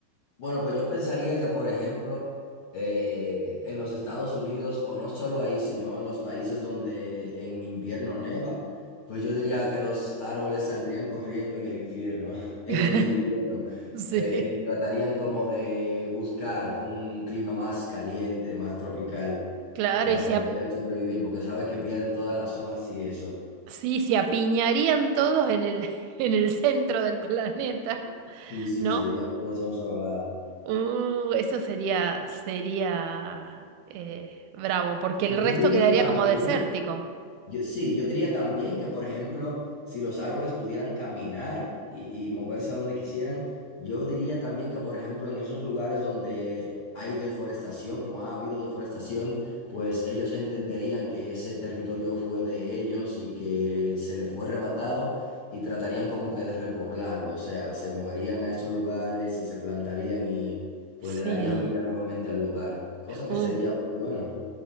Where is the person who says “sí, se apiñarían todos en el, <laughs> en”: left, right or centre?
Right